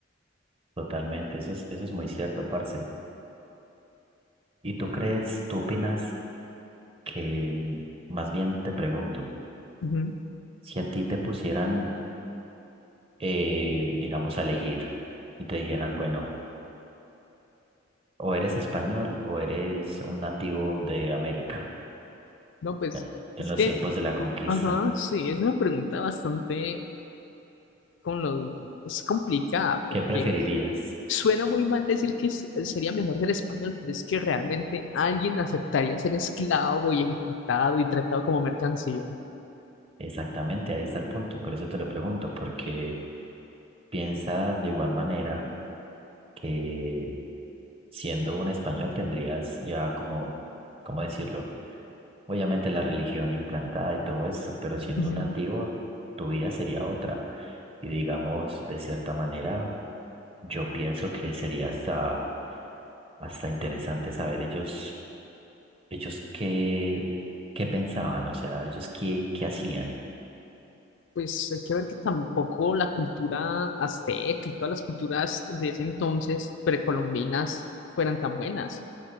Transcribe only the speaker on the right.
totalmente. Eso es, eso es muy cierto, parce. ¿Y tú crees, tú opinas que, mm, más bien te pregunto,
si a ti te pusieran, eh, digamos, a elegir y te dijeran, bueno, o eres español o eres un nativo de América,
eh, en
los
tiempos de la conquista,
¿qué preferirías?
Exactamente, ahí está el punto. y Por eso te lo pregunto, porque Piensa de igual manera que siendo un español tendrías ya como, ¿cómo decirlo? Obviamente la religión implantada y todo eso, pero siendo
un nativo tu vida sería otra. Y digamos, de cierta manera, yo pienso que sería hasta, hasta interesante saber ellos, ellos qué, qué pensaban, o sea, ellos qué, qué hacían.